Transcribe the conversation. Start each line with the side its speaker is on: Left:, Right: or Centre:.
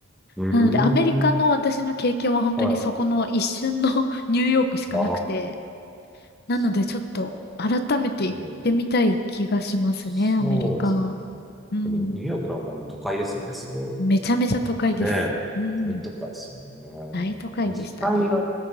Centre: うーん。
Left: なので、アメリカの私の経験は本当にそこの一瞬の
Centre: はい。
Left: <laughs> ニューヨークしかなくて、
Centre: ああ、
Left: なのでちょっと改めて行ってみたい気がしますね、
Centre: そっか。うんそうですね。
Left: アメリカ。うん。
Centre: でも、ニューヨークなんかもう都会ですよね、すごい。
Left: めちゃめちゃ都会です。
Centre: ねえ、
Left: うん。
Centre: 大都会ですよね。
Left: 大都会でしたね。
Centre: 西海岸